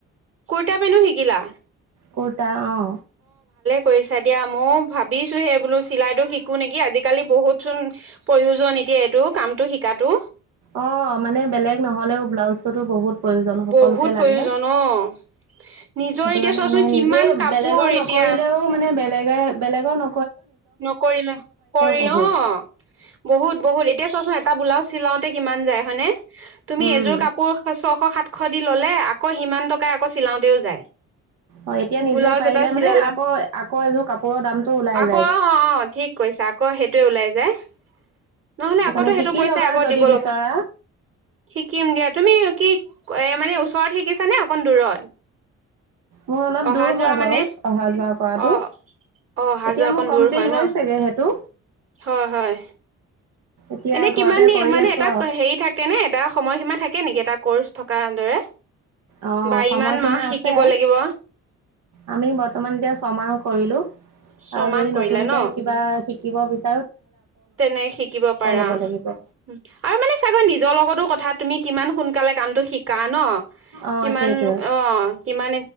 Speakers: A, on the right (about 45°); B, on the right (about 75°).
A: কুৰ্তা পেনো শিকিলা?
B: কটা অ
A: কৰিছা দিয়া মইও ভাবিছোহে বোলো চিলাইতো শিকো নেকি আজিকালি বহুতচোন প্ৰয়োজন এতিয়া এইটো কামটো শিকাতো।
B: অ মানে বেলেগ নহলেও ব্লাউজ বো বহুত প্ৰয়োজন সকলোকে
A: বহুত
B: লাগে
A: প্ৰয়োজন অ নিজৰ
B: সেইটো
A: এতিয়া
B: কাৰণে
A: চোৱাচোন
B: মানে
A: কিমান
B: নিজে
A: কাপোৰ
B: বেলেগৰ
A: এতিয়া
B: নকৰিলেও মানে বেলেগে বেলেগৰ ন
A: নকৰিলে কৰি
B: বহুত
A: অ বহুত বহুত এতিয়া চোৱাচোন। এটা ব্লাউজ চিলাওঁতে কিমান যায় হয়নে। তুমি
B: উম,
A: এযোৰ কাপোৰ ছশ সাত। সশ দি ল'লে আকৌ সিমান টকা আকৌ চিলাওঁতেও যায়।
B: অ এতিয়া নিজে
A: ব্লাউজ
B: পাৰিলে
A: এটা চিলালা
B: মানে আকৌ আকৌ এযোৰ কাপোৰৰ দামতটো ওলাই যায়।
A: ক অ', ঠিক।। কৈছা আকৌ সেইটোৱে ওলাই যায়। নহলে আকতো
B: কাৰণে
A: সেইটো
B: শিকি
A: পইচাই
B: ল'বা
A: আকৌ
B: যদি
A: দিব
B: বিচৰা
A: লগা শিকিম দিয়া তুমি কি। এ মানে ওচৰত শিকিছানে অকণ দূৰত।
B: মোৰ অলপ
A: অহা
B: দূৰ হয়
A: যোৱা
B: বাৰু
A: মানে
B: অহা যোৱা।
A: অ অ অহা
B: এতিয়া
A: যোৱা অকন
B: মোৰ কমপ্লিট
A: দূৰ হয় ন
B: হৈছে গৈ। তো
A: হয় হয়
B: এতিয়া
A: এনে
B: ঘৰতে
A: কিমান
B: কৰি
A: মানে
B: আছো আৰু
A: হে থাকে ন এটা সময়ীমা থাকে নেকি এটা কৰ্চ। দৰে।
B: অ
A: বা
B: সময়সীমা
A: ইমান মাহ শিকিব
B: আছে
A: লাগিব
B: আমি বৰ্তমান এতিয়া। সমাৰ কৰিলো।
A: ছমাহ
B: আৰু যদি
A: কৰিলে
B: নতুনকে
A: ন
B: কিবা শিকিব বিচ
A: তেনে শিকিব পাৰা
B: ল'ব
A: আৰু
B: লাগিব। অ
A: মানে চাগৈ নিজৰ লগতো কথা তুমি কিমান শুন। সোনকালে কামটো শিকা ন।
B: অ
A: কিমান
B: সেইটয়ে
A: অ কিমান